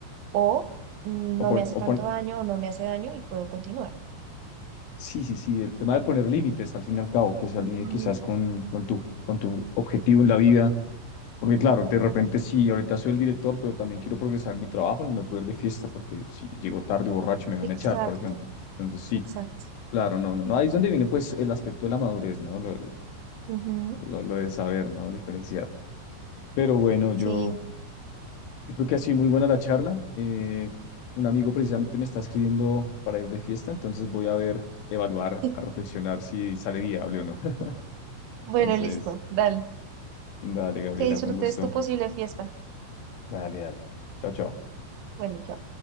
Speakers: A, on the right; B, on the left.
A: o mm,
B: O,
A: no
B: pon-
A: me hace
B: o
A: tanto
B: pon-
A: daño o no me hace daño y puedo continuar.
B: Sí, sí, sí, el tema de poner límites al fin y al cabo, que se alinee
A: Ujú,
B: quizás con, con tu, con tu objetivo en la vida, porque claro, de repente sí, ahorita soy el director, pero también quiero progresar en mi trabajo, no me puedo ir de fiesta, porque si llego tarde borracho me van
A: Exacto,
B: a echar, por ejemplo. Entonces sí,
A: exacto.
B: claro, no, no, no, ahí es donde viene pues el aspecto de la madurez, ¿no? Lo,
A: Ujú,
B: lo, lo de saber, ¿no? Diferenciar. Pero bueno, yo...
A: Sí.
B: Yo creo que ha sido muy buena la charla. Eh, un amigo precisamente me está escribiendo para ir de fiesta, entonces voy a ver, evaluar,
A: <laughs>
B: a reflexionar si sale viable o no. <laughs> Entonces,
A: Bueno, listo, dale.
B: dale, Gabriela,
A: Que disfrutes
B: fue un gusto.
A: tu posible fiesta.
B: Dale, dale. Chao, chao.
A: Bueno, ya.